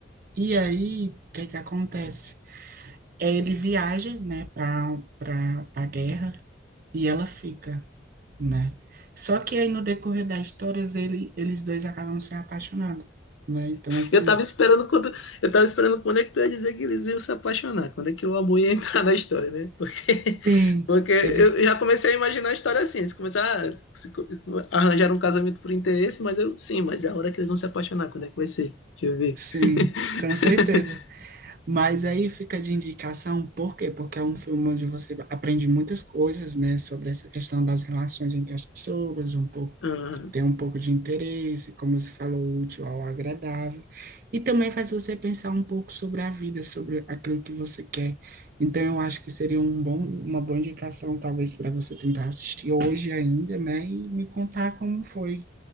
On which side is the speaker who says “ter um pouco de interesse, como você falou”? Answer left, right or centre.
Right